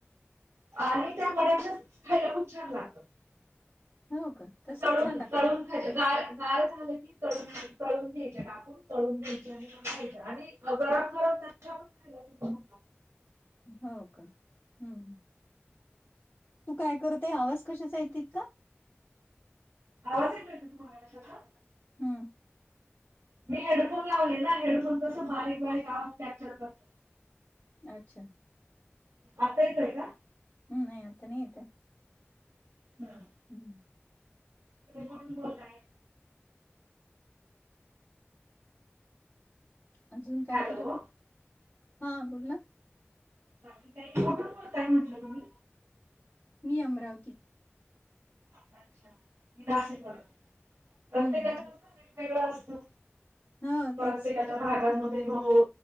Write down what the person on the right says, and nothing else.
आणि त्या मड्याच्या खायला खूप छान लागतं.
तळून
तळून गार गार झालं की तळून तळून घ्यायच्या ना आपुन तळून घ्यायच्या खायच्या आणि गरम गरम त्याच्या पण खायला <unintelligible>
आवाज येतोय का तुम्हाला कशाचा
मी हेडफोन लावले ना हेडफोन कस बारीक बारीक आवाज कॅप्चर करत.
आता येतय का?
हम्
तुम्ही कुठून बोलताय
हॅलो
बाकी काय नाय कुठून बोलताय म्हटलं तुम्ही
अच्छा नाशिकवरून प्रत्येका
<unintelligible> अस वेगवेगळा असतो
परत एक हाय भागामध्ये हो